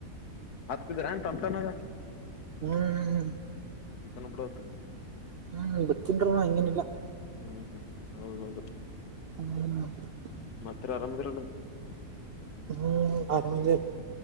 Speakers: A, on the left; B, on the right.
A: ಹತಿದ್ರ ಏನ್ ಟಮ್ ಟಮ್ಮಿಂದ್ರ
B: ಹ್ಮ್
A: ನೋಡ ಬ್ರೋ
B: ಹ್ಮ್ ಬರ್ತನ್ರಿವ ಹಂಗೇನಿಲ್ಲಾ
A: ಹ್ಮ್ ಹ್ಮ್ ಹ್ಮ ಹೌದೌದು
B: ಹ್ಮ್. <unintelligible>
A: ಇತರ, ಆರಾಮ್ ಇದ್ದೀರಲ್ಲ. <inaudible>
B: ಹ್ಮ್, ಆರಾಮ್, ಇದೀವಿ. <inaudible>